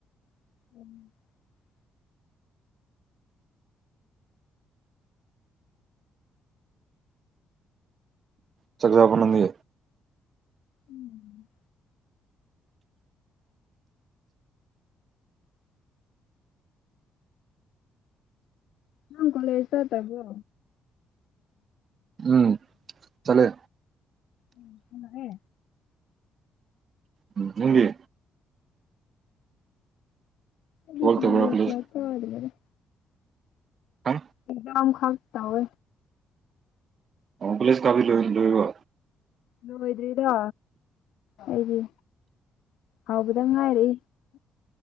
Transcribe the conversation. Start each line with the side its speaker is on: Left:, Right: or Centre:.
Left: <inaudible>
Right: ꯆꯥꯛ ꯖꯥꯔꯕꯣ ꯅꯪꯃꯤ
Left: ꯎꯝ ꯅꯪ ꯀꯣꯂꯦꯁ ꯆꯠꯇꯕ꯭ꯔꯣ
Right: ꯎꯝ ꯆꯠꯂꯦ
Left: ꯎꯝ ꯍꯜꯂꯛꯑꯦ
Right: ꯎꯝ ꯅꯪꯗꯤ
Left: ꯑꯍꯤꯡ
Right: ꯊꯕꯛ
Left: ꯇꯨꯝꯗꯦ
Right: ꯇꯧꯕ꯭ꯔꯥ ꯀꯣꯂꯦꯖ
Left: ꯂꯥꯏꯔꯤꯛ ꯄꯥꯗꯅ ꯗꯨꯝ
Right: ꯍꯥ
Left: ꯄꯨꯡ ꯇꯔꯥꯃꯈꯥꯏ ꯇꯥꯎꯋꯦ
Right: ꯑꯣꯡ ꯀꯣꯂꯦꯁ ꯀꯥꯕꯤ ꯗꯣꯔꯤ ꯗꯣꯔꯤꯕꯣ
Left: ꯂꯣꯏꯗ꯭ꯔꯤꯗ ꯑꯩꯒꯤ ꯍꯧꯕꯗ ꯉꯥꯏꯔꯤ